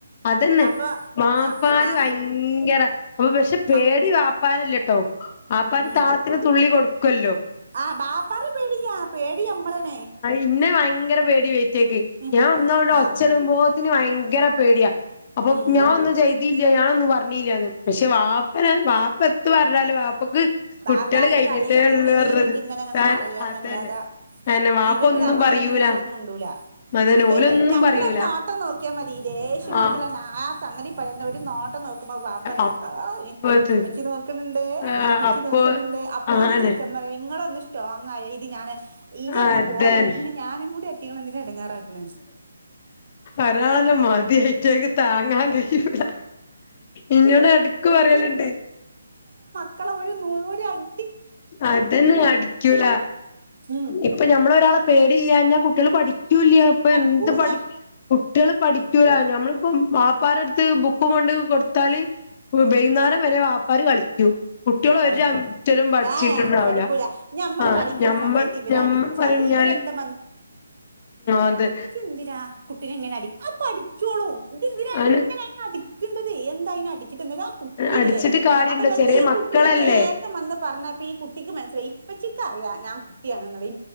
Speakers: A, on the left (about 30°); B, on the right (about 50°).
A: അതന്നെ
B: അപ്പൊ
A: ബാപ്പാര്
B: ആ ആ
A: ഭയങ്കര അപ്പൊ പക്ഷെ പേടി
B: മ
A: വാപ്പാരല്ലട്ടോ വാപ്പാര്
B: ഉം
A: താളത്തിന് തുള്ളി കൊടുക്കുവല്ലോ
B: ആ ബാപ്പാനെ പേടിയാ പേടി നമ്മളാണ്
A: ഇന്നെ ഭയങ്കര പേടി വൈറ്റേക്ക്
B: ഉം
A: ഞാൻ ഒന്നുങ്കട്ട്
B: ആ
A: ഒച്ചിടുമ്പോത്തിന് ഭയങ്കര പേടിയാ അപ്പൊ
B: ഉം
A: ഞാനൊന്നും ചെയ്തിയില്ല ഞാനൊന്നും പറഞ്ഞില്ലാന്ന് പക്ഷെ വാപ്പന വാപ്പ എത്ത് പറഞ്ഞാലും ഓക്ക്
B: ബാപ്പാന്റെ
A: കുട്ട്യാൾ കഴിഞ്ഞിട്ടേ
B: തലയിൽ കൂടി
A: ഉള്ളൂ പറഞ്ഞത്
B: കേറിയിട്ട് ഇങ്ങനെ അങ്ങോട്ട്
A: താ
B: മറിയാന്നല്ലാതെ
A: അതന്നെ. അയന്നെ വാപ്പ
B: ഇവര്
A: ഒന്നും
B: ഗമാന്ന്
A: പറയൂല
B: ഒരക്ഷരം മുണ്ടൂല
A: അതന്നെ
B: എന്നിട്ട്
A: ഓലൊന്നും
B: ഞമ്മളൊരു
A: പറയൂല.
B: നോട്ടം നോക്കിയാ മതി ദേഷ്യം പിടിച്ചുള്ള
A: ആ
B: നാ ആ സംഗതി പറയുന്ന ഒരു നോട്ടം വപ്പറഞ്ഞല്ലോആ
A: അപ്പത്
B: ഇമ്മച്ചി നോക്ക്‌ണിണ്ടേ
A: ആ
B: ഇന്നെമ്മച്ചി
A: അപ്പൊ
B: നോക്കണ് ണ്ട് അപ്പള്
A: ആനെ
B: ഇത് ചിരിച്ചമ്പറാ ഇങ്ങളൊന്ന് സ്ട്രോങ് ആയ ഇത് ഞാന് ഈജന്നെ
A: അതന്നെ
B: പോരേ പിന്നെ ഞാനും കൂടി എത്തിയെന്തിനാ എടങ്ങാറാക്കണ്
A: ഒരാളന്നെ മതി താങ്ങാൻ കഴിയൂല ഇന്നോട് എടക്ക്‌ പറയലുണ്ട്.
B: ക്കള ഒരു നൂളോടിയായ്
A: അതന്നെ അടിക്കൂല
B: ഉം
A: ഇപ്പൊ ഞമ്മള് ഒരാളെ പേടില്ലാഞ്ഞാൽ കുട്ട്യാള് പഠിക് ക്ക്യൂല്യ ഇപ്പന്ത്
B: പഠിക്കൂല്ല
A: പടി കുട്ട്യാള് പഠിക്കൂല
B: ഉം
A: ഞമ്മളിപ്പ വാപ്പാരടുത്ത് ബുക്കും കൊണ്ട് കൊടുത്താല് ഓര് വൈന്നാരം വരെ വാപ്പാര് കളിക്കും കുട്ട്യാള്
B: കളിക്കും
A: ഒരു രോം പഠിച്ചിട്ടുണ്ടാവില്ല
B: ആഹ് പഠിക്കൂല ഞമ്മള്
A: ആ
B: പഠിക്കണ
A: ഞമ്മൾ
B: സമയത്ത് ഇവര്
A: ഞമ്മൾ
B: അടിച്ചാല്
A: പറഞ്ഞാല്
B: ഇവരെന്താ
A: അതെ.
B: ഇയ്യെന്തിനാ കുട്ടീനെങ്ങനെ അടി അത് പഠിച്ചോളും ഇയ്യെന്ത്
A: അങ്ങനെ
B: ഞ്ഞയിനെ അടിക്ക്ണ്ട്തേ എന്താ അയ്നെ അടിച്ചിട്ടെന്താ ത് ഓൻ കുട്ടിയല്ലേ
A: അടിച്ചിട്ട് കാര്യണ്ടോ
B: അപ്പൊ ഞാ
A: ചെറിയ
B: ഞീ
A: മക്കളല്ലേ
B: കുട് ട്ടിനെ കേൾക്കം വന്ന് പറഞ്ഞപ്പ ഈ കുട്ടിക്ക് മനസ്സിലായി ഇപ്പച്ചിക്ക് അറിയാം ഞാൻ കുട്ടിയാണെന്നുള്ളെ